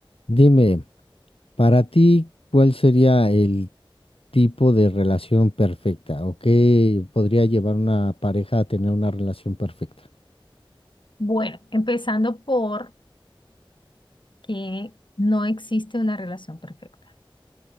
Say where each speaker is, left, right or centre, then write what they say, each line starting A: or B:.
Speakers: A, on the left; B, on the left.
A: Dime, para ti, ¿cuál sería el tipo de relación perfecta? ¿O qué podría llevar una pareja a tener una relación perfecta?
B: Bueno, empezando por que no existe una relación perfecta,